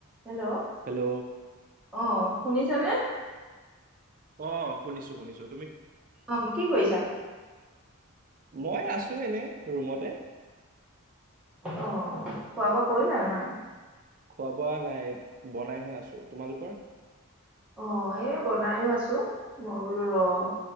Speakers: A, in the centre; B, on the right (about 40°).
A: Hello!
B: Hello
A: আহ শুনিছে নে?
B: অ'! শুনিছোঁ, শুনিছোঁ।
A: অ'! কি কৰিছা?
B: মই আছোঁ এনে ৰুমতে।
A: অ'! খোৱা বোৱা কৰিলা
B: অ
A: নাই?
B: খোৱা বোৱা নাই। বনাইহে আছোঁ। তোমালোকৰ?
A: অ'! এই বনাইও আছোঁ। মই বোলো ৰ'